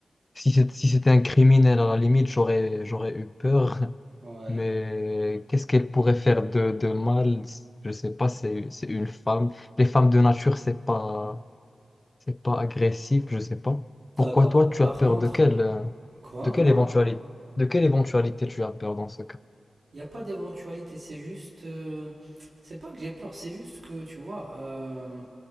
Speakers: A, on the left; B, on the right.
A: si c'est- si c'était un criminel à la limite, j'aurais, j'aurais eu peur.
B: Ouais,
A: Mais qu'est-ce qu'elle pourrait faire de, de mal? Je sais pas, c'est, c'est une femme. Les femmes de nature, c'est pas. C'est pas agressif, je sais pas.
B: d'accord.
A: Pourquoi toi, tu
B: Par
A: as peur
B: contre,
A: de quelle, euh,
B: quoi,
A: de quelle
B: moi,
A: éventualité, de quelle éventualité tu as peur dans ce cas?
B: il n'y a pas d'éventualité, c'est juste, euh, c'est pas que j'ai peur, c'est juste que, tu vois, euh,